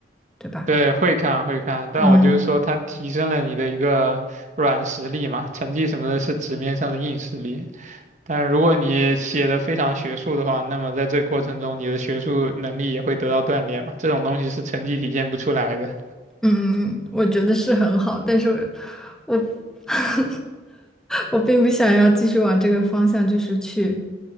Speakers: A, in the centre; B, on the right.
A: 对吧？
B: 对，会看会看，但我就是说，
A: 嗯。
B: 它提升了你的一个软实力嘛，成绩什么的是纸面上的硬实力，但如果你写的非常学术的话，那么在这个过程中，你的学术能力也会得到锻炼嘛。这种东西是成绩体现不出来的
A: 嗯，我觉得是很好，但是我 <laughs> 我并不想要继续往这个方向，就是去